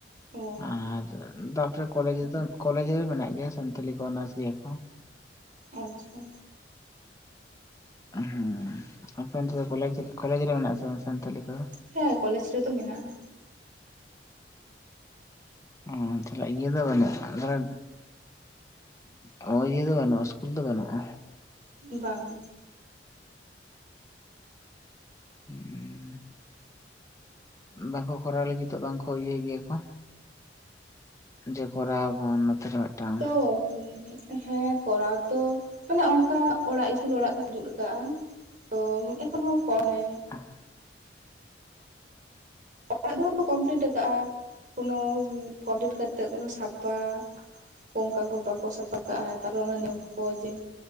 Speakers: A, on the right; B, on the left.
A: ᱚ
B: ᱟᱨ ᱛᱟᱯᱚᱨᱮ ᱠᱚᱞᱮᱡᱽ ᱨᱮᱫᱚ ᱠᱚᱞᱮᱡᱽ ᱨᱮ ᱢᱮᱱᱟᱜ ᱜᱮᱭᱟ, ᱥᱟᱱᱛᱟᱞᱤ ᱠᱚ ᱚᱱᱟᱨᱥ ᱜᱮᱭᱟ ᱠᱚ ᱾
A: ᱟᱪᱪᱷᱟ ᱾
B: ᱦᱮᱸ ᱟᱯᱮ ᱚᱱᱛᱮ ᱫᱚ ᱠᱚᱞᱮᱡᱽ ᱠᱚᱞᱮᱡᱽ ᱨᱮ ᱢᱮᱱᱟᱜ ᱟᱥᱮ ᱵᱟᱝ ᱥᱟᱱᱛᱟᱞᱤ ᱠᱚᱫᱚ?
A: ᱦᱮᱸ ᱠᱚᱞᱮᱡᱽ ᱨᱮᱫᱚ ᱢᱮᱱᱟᱜᱼᱟ ᱾
B: ᱚ ᱛᱟᱞᱦᱮ ᱤᱭᱟᱹ ᱫᱚ ᱵᱟᱹᱱᱩᱜᱼᱟ, ᱟᱞᱮ ᱱᱚᱜᱚᱭ ᱤᱭᱟᱹ ᱫᱚ ᱵᱟᱹᱱᱩᱜᱼᱟ, ᱤᱥᱠᱩᱞ ᱫᱚ ᱵᱟᱹᱱᱩᱜᱼᱟ?
A: ᱵᱟᱝ ᱾
B: ᱩᱸ ᱵᱟᱠᱚ ᱠᱚᱨᱟᱣ ᱞᱟᱹᱜᱤᱫᱚᱜ ᱵᱟᱝ ᱠᱚ ᱤᱭᱟᱹᱭ ᱜᱮᱭᱟ ᱠᱚ ᱡᱮ ᱠᱚᱨᱟᱣ ᱟᱵᱱ ᱱᱚᱛᱮ ᱨᱮ ᱢᱮᱫᱴᱟᱝ
A: ᱚ <unintelligible> ᱦᱮᱸ ᱠᱚᱨᱟᱣ ᱛᱚ ᱢᱟᱱᱮ ᱚᱱᱠᱟ ᱚᱲᱟᱜ ᱤᱥᱠᱩᱞ ᱚᱲᱟᱜ ᱠᱚ ᱡᱩᱛ ᱠᱟᱜᱼᱟ ᱾ ᱛᱚ ᱮᱠᱷᱚᱱ ᱦᱚᱸ ᱠᱚᱱᱮ
B: <unintelligible> <inaudible>
A: ᱚᱲᱟᱜ ᱫᱚᱠᱚ ᱠᱚᱢᱯᱞᱤᱴ ᱠᱟᱜᱼᱟ, ᱠᱳᱱᱳ ᱠᱚᱢᱯᱞᱤᱴ ᱠᱟᱛᱮᱜ ᱠᱳᱱᱳ ᱥᱟᱯᱷᱟ ᱚᱱᱠᱟ ᱠᱚ ᱵᱟᱠᱚ ᱥᱟᱯᱷᱟ ᱠᱟᱜᱼᱟ, ᱛᱟᱨᱚ ᱚᱱᱟ ᱱᱤᱭᱟᱹ ᱠᱚ ᱡᱮ